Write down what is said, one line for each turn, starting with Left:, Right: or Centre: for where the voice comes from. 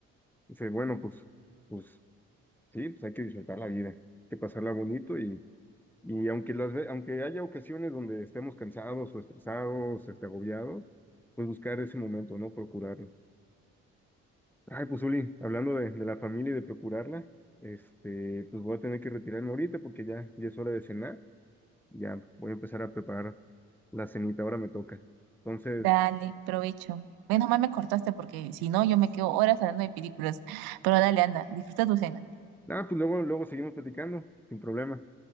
Centre: Dice, bueno, pues, pues sí, pues hay que disfrutar la vida, hay que pasarla bonito y Y aunque las, ve- aunque haya ocasiones donde estemos cansados o estresados, este, agobiados, pues buscar ese momento, ¿no? Procurarlo. Ay, pues Uli, hablando de, de la familia y de procurarla, este, pues voy a tener que retirarme ahorita porque ya, ya es hora de cenar. Ya voy a empezar a preparar la cenita, ahora me toca. Entonces,
Right: Dale, provecho. Menos mal me cortaste porque si no yo me quedo horas hablando de películas. Pero dale, anda, disfruta tu cena.
Centre: nada, pues luego, luego seguimos platicando, sin problema.